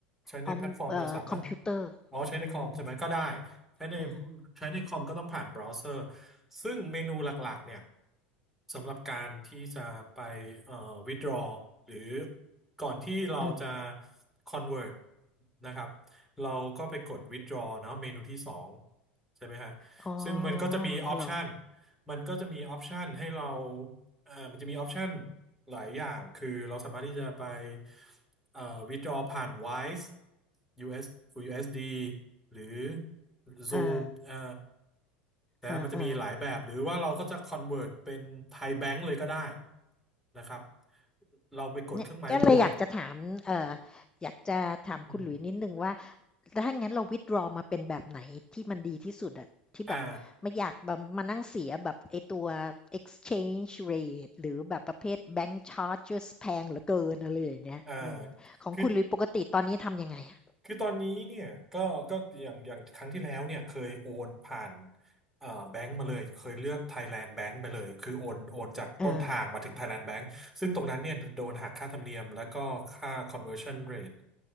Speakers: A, in the centre; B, on the left.
A: ใช้ในแพลตฟอร์มโทรศัพท์ป่ะ
B: ออมเอ่อคอมพิวเตอร์
A: อ๋อใช้ในคอมใช่ไหมก็ได้
B: อือฮึ
A: ใช้ใน
B: อา
A: ใช้ในคอมก็ต้องผ่านเบราว์เซอร์ซึ่งเมนูหลักๆเนี่ยสำหรับการที่จะไปเอ่อ withdraw หรือก่อนที่เราจะ
B: เออ
A: convert นะครับเราก็ไปกด withdraw เนาะเมนูที่สองใช่ไหมฮะ
B: อ๋อ
A: ซึ่งมันก็จะมีออปชัน
B: เหรอ
A: มันก็จะมีออปชันให้เรา อ่ามันจะมีออปชันหลายอย่างคือเราสามารถที่จะไปเอ่อ withdraw ผ่าน Wise u อ USD หรือ Zoom
B: อา
A: เอ่อนะมันจะมีหลายแบบหรือว่าเราก็จะ
B: อา
A: convert เป็นไทยแบงก์เลยก็ได้นะครับเราไปกดเครื่องหมายบวก
B: ๆเนี่ยก็เลยอยากจะถามเอ่ออยากจะถามคุณหลุยส์นิดหนึ่งว่า
A: อืม
B: ถ้างั้นเรา withdraw มาเป็นแบบไหนที่มันดีที่สุดอะที่แบบไม่อยากแบบมานั่งเสียแบบไอ้ตัว
A: อ่า
B: exchange rate หรือแบบประเภท bank charges แพงเหลือเกินอะไรอย่างเงี้ยอืมของคุณหลุยส์ปกติตอนนี้ทำยังไงอะ
A: อ่าคือ คือตอนนี้เนี่ยก็ก็อย่างอย่างครั้งที่แล้วเนี่ยเคยโอนผ่านเอ่อแบงก์มาเลยเคยเลือก Thailand Bank ไปเลยคือโอนโอนจากต้นทางมาถึง
B: อา
A: Thailand Bank ซึ่งตรงนั้นเนี่ยโดนหักค่าธรรมเนียมแล้วก็ค่า conversion rate